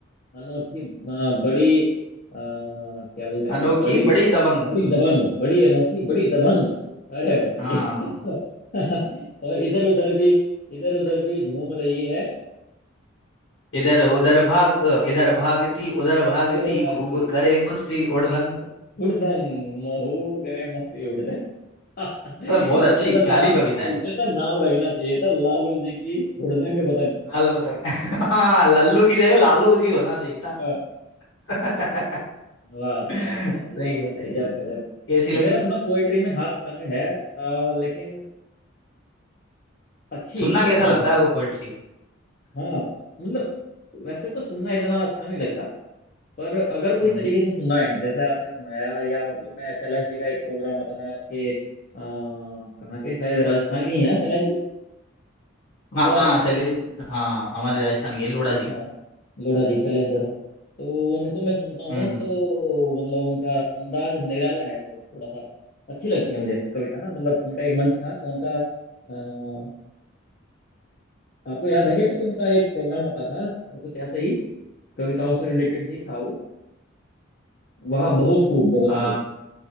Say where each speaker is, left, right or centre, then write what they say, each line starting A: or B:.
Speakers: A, on the left; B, on the left.
A: अनोखी अ, बड़ी आ, क्या बोलते हैं
B: अनोखी
A: बड़ी
B: बड़ी दबंग
A: बड़ी दबंग बड़ी अनोखी बड़ी दबंग अरे वाह
B: हाँ
A: ये तो <laughs> और इधर उधर भी इधर उधर भी झूम रही है
B: इधर उधर
A: हाँ?
B: भाग अ, इधर भागती उधर भागती
A: इधर भागती
B: खूब
A: है
B: करे मस्ती उड़दंग
A: ये उड़दंग महबूब करे मस्ती उड़दंग इसका
B: मतलब बहुत अच्छी
A: तो
B: प्यारी
A: नाम
B: कविता है
A: इसका तो नाम रखना चाहिए था लालू जी की हुड़दंग पतंग
B: लाल पतंग <laughs> हाँ लल्लू की जगह लालू जी होना चाहिए था
A: <laughs>
B: <laughs>
A: वाह जी
B: सही
A: वाह वाह जी वाह
B: है
A: सर
B: सही
A: गजब
B: है
A: गजब
B: कैसी लगी
A: मेरा थोड़ा पोएट्री में हाथ तंग है अ, लेकिन अच्छी
B: सुनना
A: लगी
B: कैसा लगता
A: बहुत
B: है आपको पोएट्री
A: हाँ मतलब वैसे तो सुनना इतना अच्छा नहीं लगता पर अगर कोई
B: हम्म
A: तरीके से सुनाए जैसे आपने सुनाया या मतलब मैं एसएलएससी का एक प्रोग्राम आता था आपके अ, कहाँ के शायद राजस्थान के ही है ना एसएलएससी
B: हाँ
A: या
B: हाँ शैलेंद्र हाँ हमारे राजस्थान के लोढ़ा जी
A: हाँ। लोढ़ा जी शैलेश लोढ़ा तो उनको मैं सुनता हूँ
B: हम्म
A: तो मतलब उनका अंदाज निराला है तो थोड़ा सा अच्छी लगती है मुझे कविता ना मतलब उनका एक मंच था कौन सा अ, आपको याद है क्या कुछ उनका एक प्रोग्राम आता था कुछ ऐसे ही कविताओं से रिलेटेड ही था वो वह बहुत खूब बहुत
B: आ,
A: खूब